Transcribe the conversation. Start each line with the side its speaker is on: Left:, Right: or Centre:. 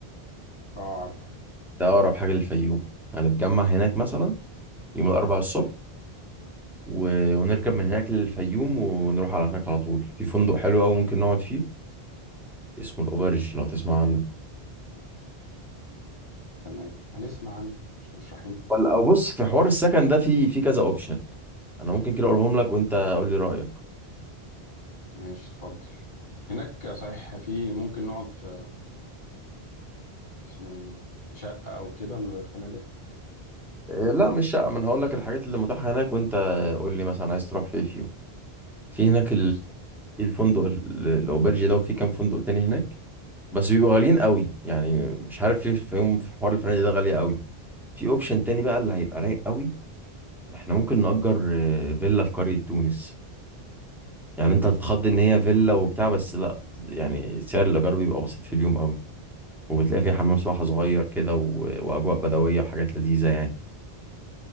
Left: اه عارفه
Centre: ده أقرب حاجة للفيوم هنتجمع هناك مثلا يوم الأربعاء الصبح و... ونركب من هناك للفيوم ونروح على هناك على طول في فندق حلو أوي ممكن نقعد فيه اسمه الأوبرج لو تسمع عنه
Left: تمام هنسمع عنه مش كده، مش رايحين
Centre: ولا أو بص في حوار السكن ده في في كذا أوبشن أنا ممكن كده أقولهم لك وأنت قول لي رأيك
Left: ماشي اتفضل هناك صحيح في ممكن نقعد في في اسمها ايه دي في شقة او كده من غير فنادق
Centre: إيه، لا مش شقة ما أنا هقول لك الحاجات اللي متاحة هناك وأنت قول لي مثلا عايز تروح فين فيهم في هناك
Left: ماشي
Centre: ال...
Left: اتفضل.
Centre: في الفندق ال- الأوبرج ده وفي كام فندق تاني هناك بس بيبقوا غاليين قوي يعني مش عارف ليه في يوم في حوار الفنادق ده غالية قوي في اوبشن تاني بقى اللي هيبقى رايق قوي احنا ممكن نأجر آه، فيلا في قرية تونس يعني انت هتتخض ان هي فيلا وبتاع بس لا بت- يعني سعر الايجار بيبقى بسيط في اليوم قوي وبتلاقي فيها حمام سباحة صغير كده و... واجواء بدوية وحاجات لذيذة يعني